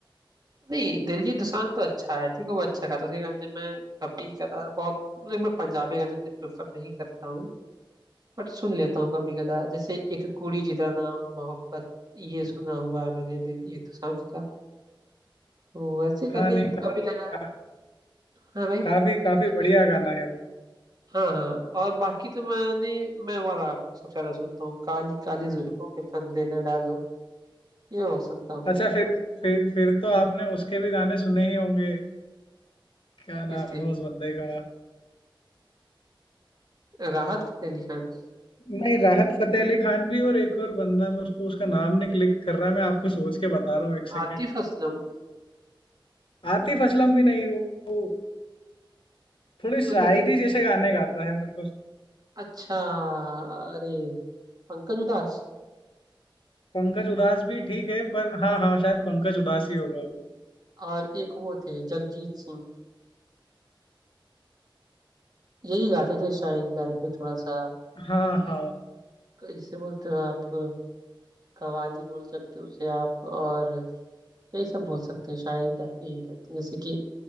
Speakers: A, on the right (about 50°); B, on the left (about 75°).
A: नहीं दिलजीत दोसांझ तो अच्छा है ठीक है वो अच्छा गाता है उसके गाने मैं कभी कदार बहुत मतलब मैं पंजाबी गाने इतने प्रेफर नहीं करता हूँ बट सुन लेता हूँ कभी कदार जैसे एक कुड़ी जिदा नाम मोहब्बत ये सुना हुआ है मैंने दिलजीत दोसांझ का तो वैसे करके
B: हाँ नहीं
A: एक
B: का,
A: कभी
B: का,
A: कदार हाँ भाई
B: काफी काफी बढ़िया गाना है वो
A: हाँ हाँ और बाकी तो मैंने मैं वाला सबसे ज्यादा सुनता हूँ काली काली जुल्फों के फंदे न डालो ये वो सुनता हूँ
B: अच्छा फिर फिर फिर तो आपने उसके भी गाने सुने ही होंगे क्या नाम
A: किसके
B: है उस बंदे का
A: राहत फतेह अली खान
B: नहीं राहत फतेह अली खान भी और एक और बंदा मैं उसको उसका नाम नहीं क्लिक कर रहा है मैं आपको सोच के बता रहा हूँ एक सेकेंड
A: आतिफ असलम
B: आतिफ असलम भी नहीं वो, वो थोड़ी शायरी
A: मतलब कि
B: जैसे गाने गाता है मेरे को
A: अच्छा अरे पंकज उधास
B: पंकज उदास भी ठीक है पर हाँ हाँ शायद पंकज उदास ही होगा वो
A: और एक वो थे जगजीत सिंह यही गाते थे शायरी टाइप में थोड़ा सा
B: हाँ हाँ
A: जिसे बोलते हो आप कवाली बोल सकते हो उसे आप और यही सब बोल सकते हैं शायरी टाइप यही रहती है जैसे कि